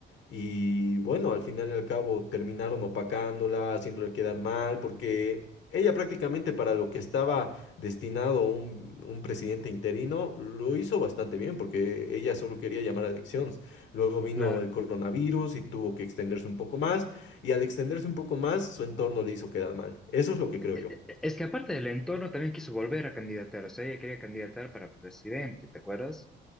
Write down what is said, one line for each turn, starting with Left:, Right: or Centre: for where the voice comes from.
Left: y bueno, al final y al cabo terminaron opacándola, haciéndole quedar mal, porque ella prácticamente para lo que estaba destinado un, un presidente interino, lo hizo bastante bien, porque ella solo quería llamar a elecciones. Luego vino
Centre: Claro.
Left: el coronavirus y tuvo que extenderse un poco más, y al extenderse un poco más, su entorno le hizo quedar mal. Eso es lo que
Centre: E-
Left: creo yo.
Centre: e- e- e, Es que aparte del entorno, también quiso volver a candidatar. O sea, ella quería candidatar para presidente, ¿te acuerdas?